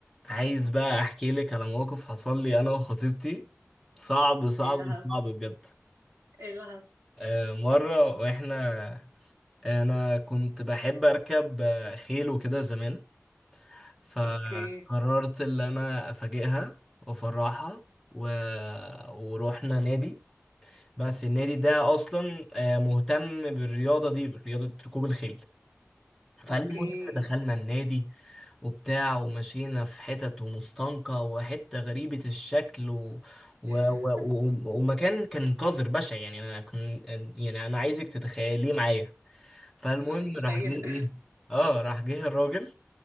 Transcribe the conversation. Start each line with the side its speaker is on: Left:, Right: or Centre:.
Centre: عايز بقى احكي لك على موقف حصل لي انا وخطيبتي صعب صعب
Right: ايه اللي حصل
Centre: صعب بجد
Right: ايه اللي حصل
Centre: آه مرة واحنا انا كنت بحب اركب آه، خيل وكده زمان فقررت
Right: اوكي
Centre: ان انا افاجئها وافرحها و... ورحنا نادي بس النادي ده اصلا آه، مهتم بالرياضة دي برياضة ركوب الخيل فالمهم
Right: اوكي
Centre: دخلنا النادي وبتاع ومشينا في حتت ومستنقع وحتة غريبة الشكل و... و...
Right: <laughs>
Centre: و... و... ومكان كان قذر بشع يعني انا كن... يعني انا عايزك تتخيليه معايا فالمهم
Right: ده متخيلة
Centre: راح جه ايه اه راح جه الراجل